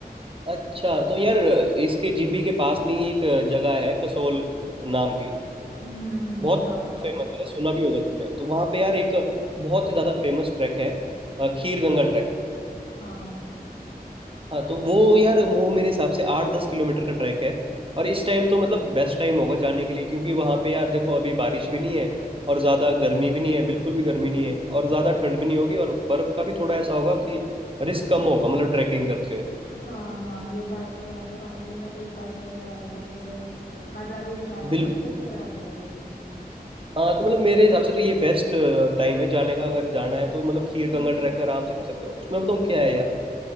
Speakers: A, on the right; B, on the left.
A: अच्छा तो यार इसके जिब्भी के पास में ही एक जगह है कसोल नाम की
B: हम्म हम्म हम्म,
A: बहुत
B: हाँ
A: फेमस है सुना भी होगा तुमने तो वहाँ पे यार एक बहुत ही ज़्यादा फेमस ट्रैक है अ, खीर गंगा ट्रैक
B: हाँ
A: हाँ तो वो यार वो मेरे हिसाब से आठ दस किलोमीटर का ट्रैक है और इस टाइम तो मतलब बेस्ट टाइम होगा जाने के लिए क्योंकि वहाँ पे यार देखो अभी बारिश भी नहीं है और ज़्यादा गर्मी भी नहीं है बिल्कुल भी गर्मी नहीं है और ज़्यादा ठंड भी नहीं होगी और बर्फ़ का भी थोड़ा ऐसा होगा कि रिस्क कम होगा मतलब ट्रैकिंग करते हुए
B: हाँ हाँ ये बात तो है फालतू में कहीं फंस फंस जाएंगे तो फिर मजा भी नहीं आएगा
A: बिल्कुल
B: पूरी ट्रिप खराब हो जाएगी
A: हाँ तो मतलब मेरे हिसाब से तो ये बेस्ट टाइम है जाने का अगर जाना है तो मतलब खीर
B: हम्म
A: गंगा ट्रैक आराम से कर सकते हो उसमें बताऊँ क्या है